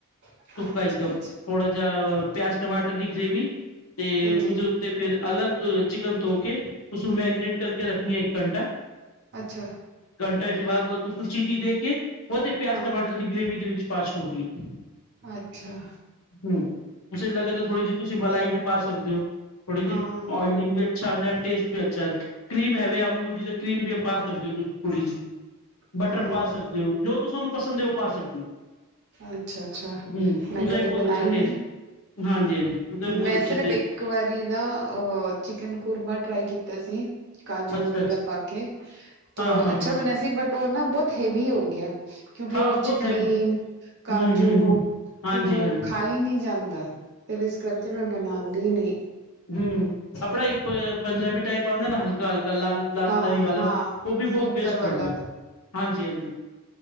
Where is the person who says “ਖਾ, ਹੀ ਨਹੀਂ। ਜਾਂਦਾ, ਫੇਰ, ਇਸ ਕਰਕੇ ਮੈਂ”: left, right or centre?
Right